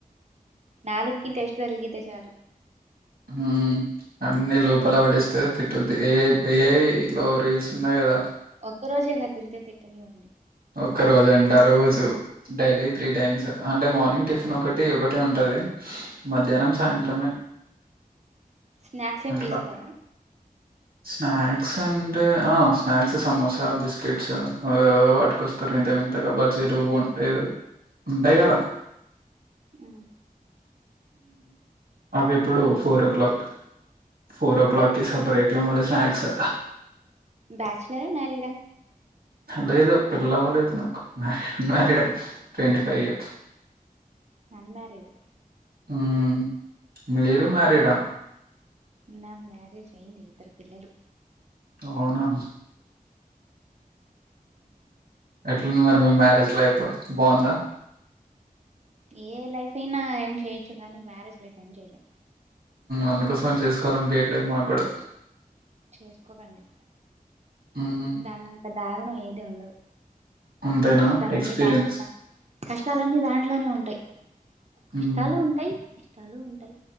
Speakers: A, on the right (about 45°); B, on the right (about 85°).
A: నాలుగుకి టెస్ట్ తగిలితే చాలు
B: ఉమ్ అన్ని లోపల పడిస్తే తిట్టుద్ ఏ ఏ లో రీల్స్ ఉన్నాయి కదా
A: ఒక్క రోజే కదా తిడితే నీవు
B: ఒక్క రోజు అంట రోజు డైలీ త్రీ టైమ్స్ అంటే మార్నింగ్ టిఫిన్ ఒకటి ఒకటి ఉంటది టాది మధ్యాహ్నం సాయంత్రమే
A: స్నాక్స్ ఏమి
B: అట్లా
A: తీసుకోరా
B: స్నాక్స్ అంటే ఆ స్నాక్స్ సమోస బిస్కెట్స్ ఏ ఏ కొస్తారు వింత వింతగా బజీలు ఉంటా ఉంటాయి కదా
A: ఆ
B: అవి ఇప్పుడు four o'clock four o'clock సపరేట్గా మళ్లీ స్నాక్స్
A: బ్యాచలరా మరీడా
B: లేదు పిల్లవలేదు నాకు unmarried twenty five years
A: and married
B: ఉమ్ మీరు మ్యారిడా
A: నాకు మ్యారేజ్ అయింది ఇద్దరు పిల్లలు
B: అవునా ఎట్లుంది మరి మీ మ్యారేజ్ లైఫ్ బాగుందా
A: ఏ లైఫ్ అయినా ఎండ్ చేయొచ్చు కానీ మ్యారేజ్ లైఫ్ ఎండ్ చేయలే
B: అందుకోసం చేసుకోవాలనిపయట్లేదు మాకు కూడా
A: చేసుకోకండి
B: ఉహు
A: దానంత దారుణం ఏది ఉండదు
B: అంతేనా
A: కష్టాలన్నీ
B: ఎక్స్పీరియన్స్
A: దా కష్టాలన్నీ దాంట్లోనే ఉంటాయి కష్టాలు
B: మ్మ్.
A: ఉంటాయి ఇష్టాలు ఉంటాయి